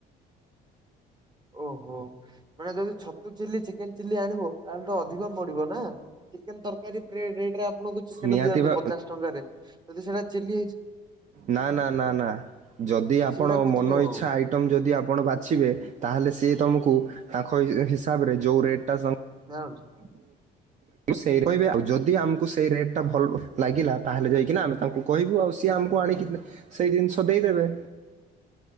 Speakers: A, on the right (about 25°); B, on the right (about 45°).
A: ଓହୋ ମାନେ ଯଦି ଛତୁ ଚିଲି ଚିକେନ ଚିଲି ଆଣିବ ତାହେଲେ ତ ଅଧିକ ମଡିବ ନା! ଚିକେନ ତରକାରୀ ଟ୍ରେ ରେଟରେ ଆପଣଙ୍କୁ ଚିକେନ
B: ନିହାତି
A: ଦିଅନ୍ତି
B: ବା
A: ପଚାଶ ଟଙ୍କାରେ ଯଦି ସେଟା ଚିଲି ହେଇଛି।
B: ନା ନା ନା ନା ଯଦି ଆପଣ
A: ସେଇଟା କହୁଥିଲି
B: ମନ
A: ଆଉ
B: ଇଚ୍ଛାଇ ଆଇ, ଆଇଟମ ଯଦି ଆପଣ ବାଛିବେ ତାହେଲେ ସେ ତମକୁ ତାଙ୍କ ହିସାବରେ ଯୋଉ ରେଟ୍ ଟା ସେମାନଙ୍କୁ
A: ହଁ <unintelligible>
B: ସେଇ କହିବେ ଆଉ ଯଦି ଆମକୁ, ସେଇ ରେଟ୍ ଟା ଭଲ ଲାଗିଲା ତାହେଲେ ଯାଇକିନା ଆମେ ତାଙ୍କୁ କହିବୁ ଆଉ ସିଏ ଆମକୁ ଆଣିକି। ସେଇ ଜିନିଷ ଦେଇଦେବେ।